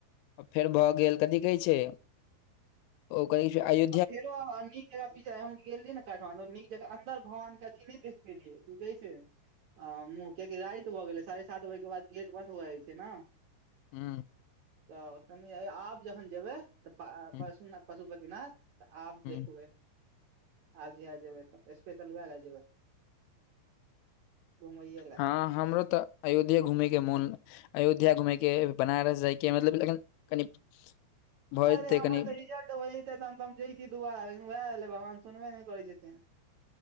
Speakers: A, on the left; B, on the right.
A: फेर भऽ गेल कथि कहै छै। ओकरी फेर अयो-
B: आ फेरो आहाँ निक- <unintelligible> पीछा हम गेलियै ने काठमांडूर नीक जंका अंन्दर भगवान के अथि नै देखपेलियै किकहैछै। आ मुँह के कि रैत भऽ गेलै साढ़े सात बजे के बाद गेट बंन्द होए जाय छै नऽ।
A: हूँ।
B: तऽ कनि आय आब जखन जेबै तऽ पा अ
A: हूँ
B: पशु नाथ पशुपति नाथ। तऽ आब
A: हूँ
B: देखबै आब जहिया जेबै तऽ स्पेशल उहे ले जेबै। घुमैये लए
A: हँ हमरो तऽ। अयोध्यो घूमैय के मोन अयोध्या घूमैय के बनारस जायके मतलब एखन कनि- भय
B: अरे
A: जेतै
B: हमर
A: कनि
B: तऽ रिजल्ट होइतै तऽ तहन तँ जइतियै दुबारा लेकिन वहे भेलै भगवान सुनबे नै करै छथिन।